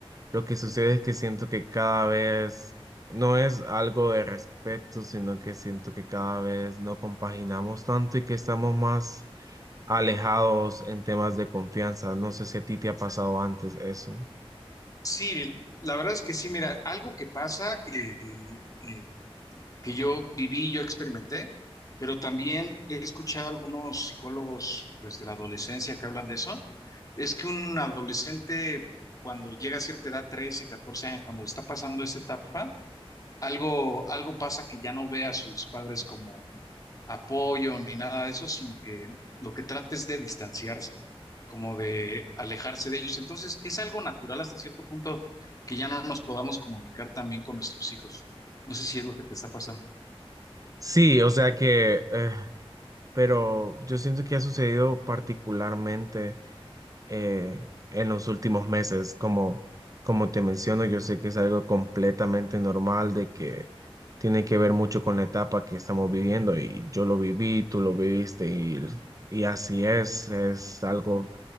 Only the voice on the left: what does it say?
Sí, la verdad es que sí, mira, algo que pasa que eh, que yo viví, yo experimenté, pero también he escuchado algunos psicólogos, pues, de la adolescencia que hablan de eso, es que un adolescente cuando llega a cierta edad, 13 14 años, cuando está pasando esa etapa, algo, algo pasa que ya no ve a sus padres como apoyo ni nada de eso, sino que lo que trata es de distanciarse, como de alejarse de ellos. Entonces, es algo natural hasta cierto punto que ya no nos podamos comunicar también con nuestros hijos. No sé si es lo que te está pasando.